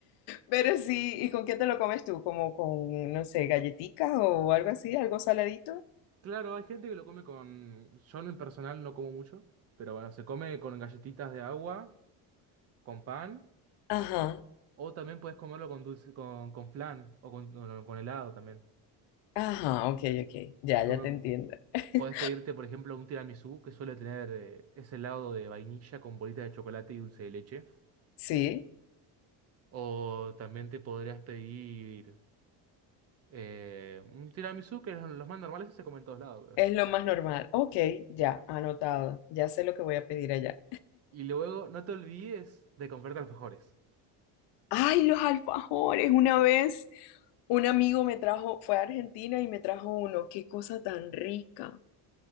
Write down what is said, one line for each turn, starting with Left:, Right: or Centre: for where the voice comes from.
Left: Pero sí, ¿y con qué te lo comes tú? ¿Como con, no sé, galletitas o algo así, algo saladito?
Right: Claro, hay gente que lo come con... Yo en personal no como mucho, pero bueno, se come con galletitas de agua, con pan,
Left: Ajá,
Right: o también puedes comerlo con dulce, con, con flan o con, o no, con helado también.
Left: ajá, ok, ok, ya,
Right: Se
Left: ya
Right: come
Left: te entiendo. <laughs>
Right: Podés pedirte, por ejemplo, un tiramisú que suele tener eh, ese lado de vainilla con bolitas de chocolate y dulce de leche.
Left: Sí,
Right: O también te podrías pedir eh, un tiramisú que los más normales se comen en todos lados, creo
Left: es
Right: yo.
Left: lo más normal. Ok, ya, anotado, ya sé lo que voy a pedir allá.
Right: Y luego no te olvides de comprarte alfajores.
Left: Ay, los alfajores. Una vez un amigo me trajo, fue a Argentina y me trajo uno. Qué cosa tan rica.